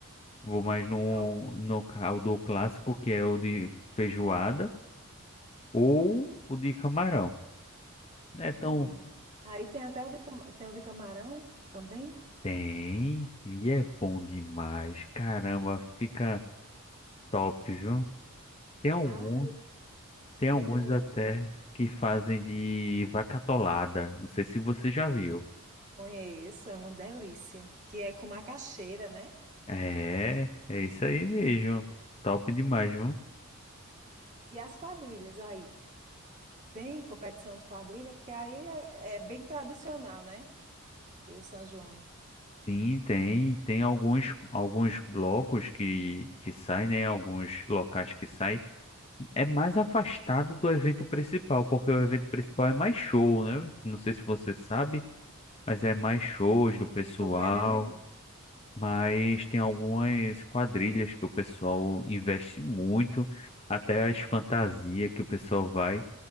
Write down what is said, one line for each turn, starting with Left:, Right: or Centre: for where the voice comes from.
Left: vou mais no,
Right: Au.
Left: no caldo clássico, que é o de feijoada, ou o de camarão. É
Right: Ah,
Left: tão.
Right: hum. aí tem até o de, cama- tem o de camarão também.
Left: Tem, e é bom demais. Caramba, fica top, viu? Tem alguns.
Right: Ah, eu,
Left: Tem alguns
Right: eu tenho um,
Left: até
Right: um,
Left: que fazem de vaca atolada. Não sei se você já viu.
Right: conheço, é uma delícia, que é com macaxeira, né?
Left: É, é isso aí mesmo. Top demais, viu?
Right: E as quadrilhas aí. Tem competição de quadrilha, porque aí é, é bem tradicional, né? O São João.
Left: Sim, tem, tem alguns, alguns blocos que, que saem, né? Alguns locais que saem. É mais afastado do evento principal, porque o evento principal é mais show, né? Não sei se você sabe, mas é mais shows
Right: Fui,
Left: do pessoal.
Right: tô querendo ir.
Left: mas tem algumas quadrilhas que o pessoal investe muito, até as fantasias que o pessoal vai,